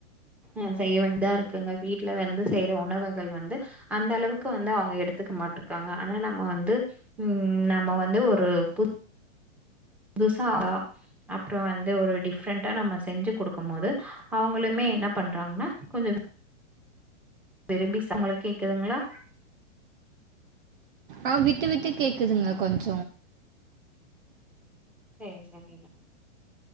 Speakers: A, in the centre; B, on the right (about 45°).
A: ஆ செய்ய வேண்டிதா இருக்குங்க வீட்ல வந்து செய்ற உணவுகள் வந்து அந்த அளவுக்கு வந்து அவுங்க எடுத்துக்க மாட்ருக்காங்க ஆனா நம்ம வந்து ம் நம்ம வந்து ஒரு பு துசா தா அப்புற வந்து ஒரு டிஃப்ரெண்டா நம்ம செஞ்சு கொடுக்கும் போது அவுங்களுமே என்ன பண்றாங்கனா கொஞ்ச விரும்பி ச உங்களுக்கு கேக்குதுங்களா
B: ஆ விட்டு விட்டு கேக்குதுங்க கொஞ்ச
A: சேரி சேரி டா